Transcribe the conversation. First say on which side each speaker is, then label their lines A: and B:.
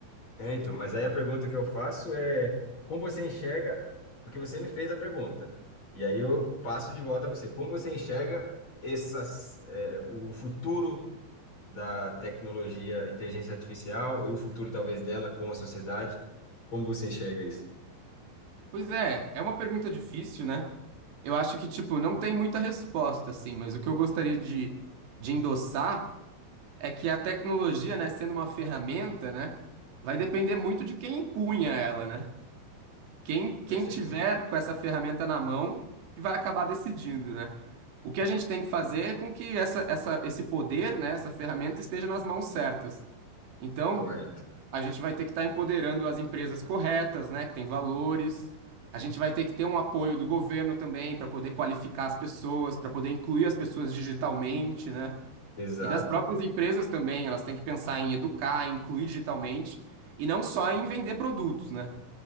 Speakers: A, on the left; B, on the right.
A: é, então, mas aí a pergunta que eu faço é como você enxerga, porque você me fez a pergunta. E aí eu passo de volta a você. Como você enxerga essas, é, o futuro da tecnologia, inteligência artificial e o futuro talvez dela com a sociedade? Como você enxerga isso?
B: Pois é, é uma pergunta difícil, né? Eu acho que, tipo, não tem muita resposta, assim, mas o que eu gostaria de, de endossar é que a tecnologia, né, sendo uma ferramenta, né, vai depender muito de quem empunha ela, né? Quem, quem
A: Perfeito.
B: tiver com essa ferramenta na mão que vai acabar decidindo, né? O que a gente tem que fazer é com que essa, essa, esse poder, né, essa ferramenta esteja nas mãos certas. Então,
A: Correto.
B: a gente vai ter que estar empoderando as empresas corretas, né, que têm valores. A gente vai ter que ter um apoio do governo também para poder qualificar as pessoas, para poder incluir as pessoas digitalmente, né?
A: Exato.
B: E das próprias empresas também, elas têm que pensar em educar, em incluir digitalmente e não só em vender produtos, né?